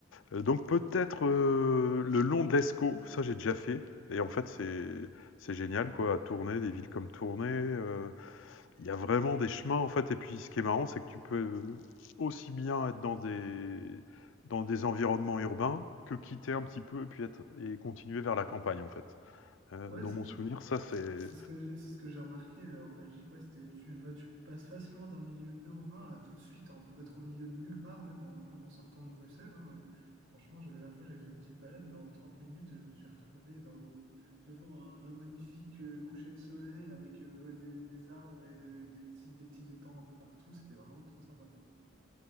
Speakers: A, on the left; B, on the right.
A: Heu, donc peut-être, heu, le long de l'Escaut, ça j'ai déjà fait et en fait c'est c'est génial quoi, à Tournai, des villes comme Tournai, il y a vraiment des chemins en fait. Et puis ce qui est marrant, c'est que tu peux euh, aussi bien être dans des dans des environnements urbains que quitter un petit peu et puis être et continuer vers la campagne en fait. Euh,
B: Ouais,
A: dans
B: c'est-
A: mon souvenir, ça c'est
B: C'est ce que j'ai, c'est ce que j'ai remarqué euh, en Belgique, ouais, c'était, tu vas, tu passes facilement d'un milieu urbain à tout de suite en, être au milieu de nulle part, même en, même en sortant de Bruxelles. hein, euh. franchement, j'ai- la dernière fois, j'avais fait une petite balade en 30 minutes, je me suis retrouvé dans- euh, devant un, un magnifique euh, coucher de soleil avec euh, ouais, des, des arbres et des, des petits, des petits étangs un peu partout. C'était vraiment trop sympa, quoi.